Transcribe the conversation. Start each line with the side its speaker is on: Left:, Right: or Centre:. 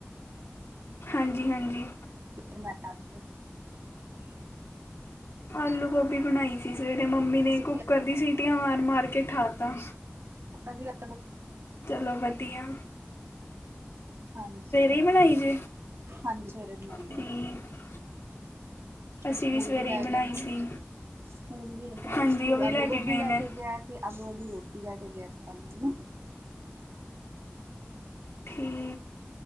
Left: ਹਾਂਜੀ ਹਾਂਜੀ।
Right: <unintelligible> ਆੱਜ। ਹ।
Left: ਆਲੂ ਗੋਭੀ ਬਣਾਈ ਸੀ ਸਵੇਰੇ ਮੰਮੀ ਨੇ
Right: ਅਸੀਂ
Left: ਕੁੱਕਰ ਦੀ ਸੀਟੀਆਂ ਮਾਰ-ਮਾਰ ਕੇ ਠਾਤਾ।
Right: ਸਾਸੀ ਕਾਲ।
Left: ਚਲੋ ਵਦੀਆ।
Right: ਹਾਂਜੀ,
Left: ਹੀ ਬਣਾਈ ਜੇ
Right: ਹਾਂਜੀ ਸਵੇਰੇ ਬਣਾਈ
Left: ਠੀਕ
Right: ਐ।
Left: ਅਸੀਂ
Right: ਸਕੂਲ
Left: ਸਵੇਰੇ
Right: ਵੀ ਲੈਗੇਆ
Left: ਹੀ ਬਣਾਈ
Right: ਨਾ,
Left: ਸੀ
Right: ਸਕੂਲ ਵੀ ਪਤਾ ਨੀ
Left: ਹਾਂਜੀ
Right: ਸਕੂਲ
Left: ਉਹ ਵੀ
Right: ਆਲੂ-ਗੋਬੀ
Left: ਲੈ ਕੇ ਗਏ
Right: ਲੈਕੇ
Left: ਨੇ
Right: ਗੇਆ। ਆਲੂ ਵਾਲੀ ਰੋਟੀ ਲੈ ਕੇ ਗਐ ਪਤਾ ਨੀ ਮੈਨੂੰ
Left: ਠੀਕ।